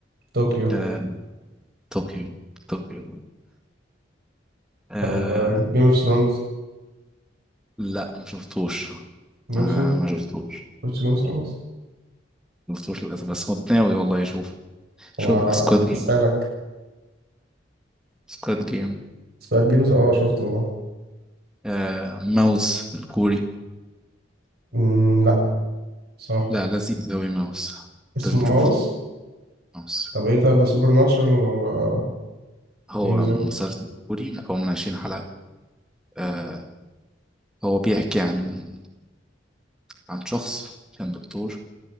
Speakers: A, on the right; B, in the centre.
A: طوكيو
B: آه، طوكيو طوكيو آه،
A: طب جيم اوف ثرونز
B: لا ما شفتوش
A: جيم
B: ما
A: اوف ثرونز
B: ما شفتوش
A: شفت جيم اوف ثرونز
B: ما شفتوش للأسف بس كنت ناوي والله أشوف
A: وعايز
B: شوف سكواد جيم
A: اسالك
B: سكواد جيم
A: سمعت جيمز اه شفته
B: آه ماوس الكوري
A: مم، لا صراحه
B: لا لذيذ أوي ماوس
A: اسمه
B: لازم تشوفه
A: ماوس
B: ماوس
A: طب ايه طيب ده سوبر ناتشرال ولا
B: هو
A: ايه بالظبط
B: مسلسل كوري مكون من 20 حلقة آه هو بيحكي عن عن شخص كان دكتور